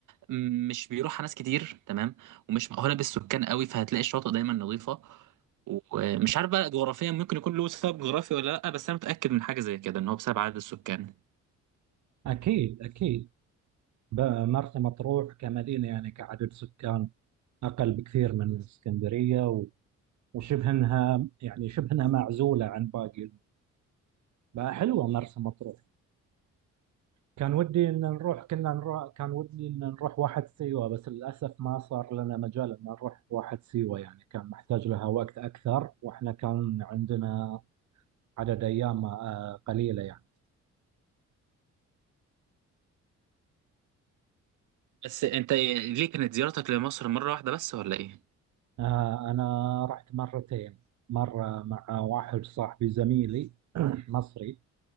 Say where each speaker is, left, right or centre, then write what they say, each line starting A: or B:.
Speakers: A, on the right; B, on the right.
A: م- مش بيروحها ناس كتير تمام ومش مأهوله بالسكان قوي فهتلاقي الشواطئ دايما نظيفه ومش عارف بقى جغرافيا ممكن يكون له سبب جغرافي ولا لا بس انا متأكد من حاجه زي كده ان هو بسبب عدد السكان
B: اكيد اكيد ب- مرسى مطروح كمدينه يعني كعدد سكان اقل بكثير من اسكندريه وشبه انها يعني شبه انها معزوله عن باقي فحلوه مرسى مطروح كان ودي ان نروح كنا نروح كان ودي ان نروح واحد سيوه بس للاسف ما صار لنا مجال ان نروح واحد سيوه يعني كان محتاج لها وقت اكثر واحنا كان عندنا عدد ايام آه، قليله يعني
A: بس انت ليه كانت زيارتك لمصر مره واحده بس ولا ايه؟
B: آه، انا رحت مرتين مره مع واحد صاحبي زميلي <clears throat> مصري